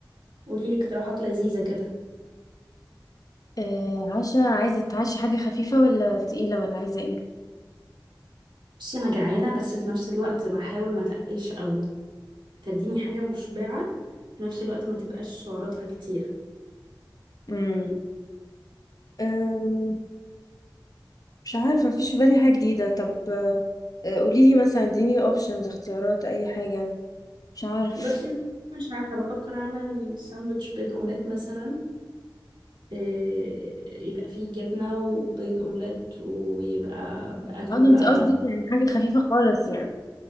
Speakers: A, on the right (about 85°); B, on the left (about 50°).
A: قوليلي اقتراحات لذيذة كده
B: آه عشا عايزه تتعشي حاجه خفيفه ولا تقيله ولا عايزه ايه
A: بصي انا جعانة بس في نفس الوقت بحاول ما تقلش قوي فاديني حاجة مشبعة في نفس الوقت ما تبقاش سعراتها كتيرة
B: امم أم، مش عارفة مفيش في بالي حاجة جديدة طب آه، آه، قوليلي مثلا اديني اوبشنز اختيارات أي حاجة مش عارف
A: بس مش عارفة بفكر اعمل ساندوتش بيض اومليت مثلا إيه، يبقى فيه جبنة وبيض اومليت ويبقى باكل
B: اه ده
A: بقى
B: انت قصدك يعني حاجه خفيفه خالص يعني